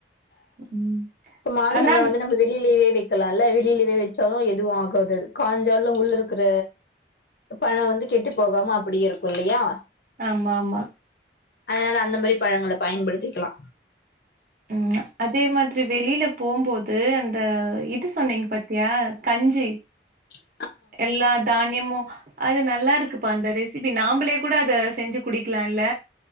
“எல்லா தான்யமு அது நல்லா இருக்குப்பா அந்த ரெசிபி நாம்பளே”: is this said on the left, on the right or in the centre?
Right